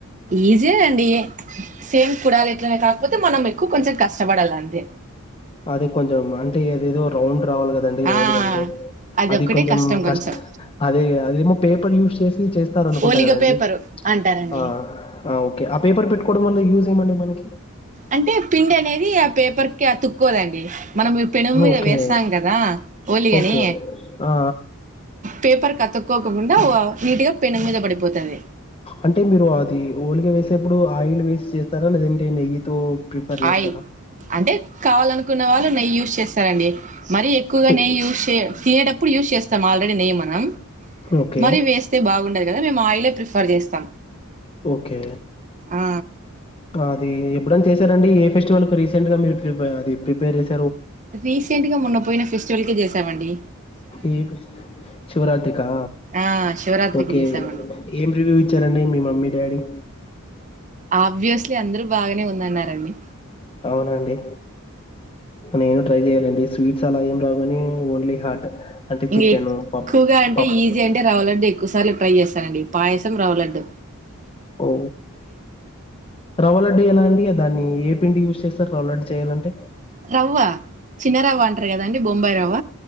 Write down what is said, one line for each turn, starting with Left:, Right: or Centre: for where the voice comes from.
Right: ఈజీయే అండి. సేమ్ కుడాలి ఎట్లనే కాకపోతే మనం ఎక్కువ కొంచెం కష్టపడాలి అంతే.
Left: అది కొంచం అంటే అదేదో రౌండ్ రౌండ్ కదండి
Right: ఆ
Left: ఓలిగ అంటే,
Right: అదొక్కటే
Left: అది కొంచెం
Right: కష్టం కొంచెం
Left: కష్ట్ అదే అదేమో పేపర్ యూస్ చేసి చేస్తారు అనుకుంట
Right: ఓలిగ
Left: కదండి
Right: పేపరు అంటారండి
Left: ఆ ఆ ఓకే. పేపర్ పెట్టుకోవడం వల్ల యూస్ ఏమండి మనకి?
Right: అంటే పిండి అనేది ఆ పేపర్ కి అతుక్కోదండి. మనం పెనం మీద
Left: ఓకే.
Right: వేస్తాం కదా ఓలిగని.
Left: ఓకే. ఆ! ఆ!
Right: పేపర్ కతుక్కోకుండా నీట్ గా పెనం మీద పడిపోతది.
Left: అంటే మీరు అది ఓలిగా వేసేప్పుడు ఆయిల్ వేసిచేస్తారా, లేదంటే నెయ్యితో ప్రిఫర్ చేస్తరా.
Right: ఆయిల్ అంటే కావాలనుకున్న వాళ్లు నెయ్యి యూస్ చేస్తారండి. మరీ ఎక్కువగా
Left: అంటే
Right: నెయ్యి యూస్ చే తినేటప్పుడు యూస్ చేస్తాం ఆల్రెడి నెయ్యి మనం,
Left: ఓకే.
Right: మరీ వేస్తే బాగుండదు కదా మేం ఆయిలే ప్రిఫర్ చేస్తాం.
Left: ఓకే
Right: ఆ
Left: అది ఎప్పుడనా చేశారండి ఫెస్టివల్ కు రీసెంట్గా మీరు ప్రిపే అది ప్రిపేర్ చేసారు.
Right: రీసెంట్ గా మొన్న పోయిన ఫెస్టివల్కె చేశామండి.
Left: ఈ శివరాత్రికా.
Right: ఆ శివరాత్రికి
Left: ఓకే
Right: చేసామండి
Left: ఏం రివ్యూ ఇచ్చారండి మీ మమ్మీ డాడీ.
Right: ఆబివియస్లీ అందరూ బాగనే ఉందన్నారు అండి.
Left: అవునండి నేను ట్రై చెయ్యలే అది స్వీట్స్ అలా ఏం రావు కానీ ఓన్లీ హాట్. అంటే
Right: ఇంగా
Left: చికెను,
Right: ఎక్కువగా
Left: పప్
Right: అంటే
Left: పప్
Right: ఈజీ అంటే రవ్వ లడ్డు ఎక్కువ సార్లు ట్రై చేస్తానండి పాయసం, రవ్వలడ్డు.
Left: ఓ రవ్వలడ్డు ఎలా అండి దాన్ని ఏ పిండి యూస్ చేస్ స్తరు రవ్వలడ్డు చేయాలంటే.
Right: రవ్వ చిన్నరవ్వ అంటారు కదండి బొంబాయి రవ్వ